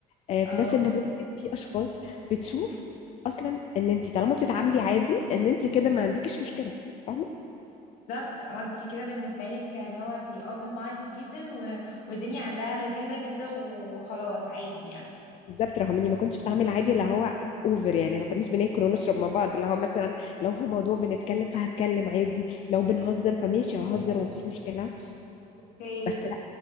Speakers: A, on the left (about 45°); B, on the left (about 70°).
A: آه،
B: اه
A: بلس ان ممكن في اشخاص بتشوف اصلا ان انت طالما بتتعاملي عادي ان انت كده ما عندكيش مشكله فاهمه
B: بالظبط اه انت كده بالنسبه لك اللي هو دي open minded جدا و... والدنيا عندها لذيذه جدا وخلاص عادي يعني
A: بالظبط رغم اني ما كنتش بتعامل عادي اللي هو اوفر يعني ما كناش بناكل ونشرب مع بعض اللي هو مثلا لو في موضوع بنتكلم فهتكلم عادي لو بنهزر فماشي ههزر
B: مش
A: ومفيش مشكله
B: اوكي
A: بس لا